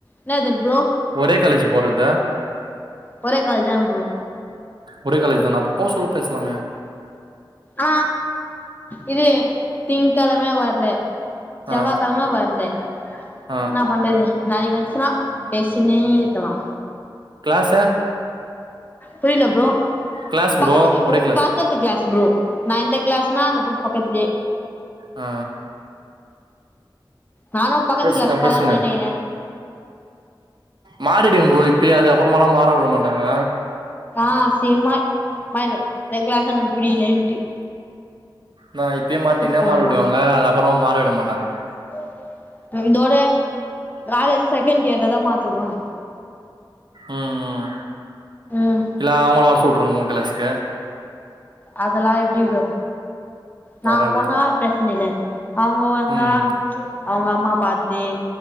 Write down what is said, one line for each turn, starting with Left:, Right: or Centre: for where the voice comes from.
Left: என்னது ப்ரோ
Right: ஒரே காலேஜ் போடுறதா
Left: ஒரே காலேஜ் தா ப்ரோ
Right: ஒரே காலேஜ் தான அப்ப போ சொல்ல பேசலாமே
Left: ஆ இது திங்க்கெழமே வரல செவ்வாய்கெழம
Right: ஆ
Left: வரல
Right: ஆ
Left: என்ன பண்றது நாளைக்கு வந்ச்சுன்னா பேசினே இருக்கலா
Right: கிளாஸ
Left: புரிலே ப்ரோ
Right: கிளாஸ்
Left: பக்கத்துக்கு
Right: ப்ரோ ஒரே
Left: ஓ
Right: கிளாஸ்
Left: பக்கத்து கிளாஸ் ப்ரோ ந இன்த கிளாஸ்ன்னா அந்த பு பக்கத்துலயே
Right: ஆ
Left: நானு பக்கத்து
Right: பேசுங்க
Left: க்ளாஸ் போலான்
Right: பேசுங்க
Left: நெனைக்கிற
Right: மாறிடுங்க ப்ரோ இப்பியே அதுக்கப்றமாலா மாற உட மாட்டாங்க
Left: ஆ சிக்ரமா மாறிரு இந்த க்ளாஸ் எனக்கு புடிக்லேன்ட்டு
Right: நா இப்பேய மாட்டின்னா
Left: போடணு
Right: மாறவிடுவாங்க அது அப்புறோ மாற விட மாட்டாங்க
Left: <unintelligible> தோட காலேஜ் செகண்ட் இயர்ல தா மாத்திவுவாங்க
Right: ம் ம்
Left: ம்
Right: இல்ல அவ்ங்கள வர சொல்ட்டுருங்க உங்க க்ளாஸ்க்கு
Left: அதெல்லா எப்டி ப்ரோ நா
Right: வராது
Left: போனா பிரச்ன இல்ல அவ்ங்க வந்தா
Right: ம்
Left: அவ்ங்க அம்மா பாத்து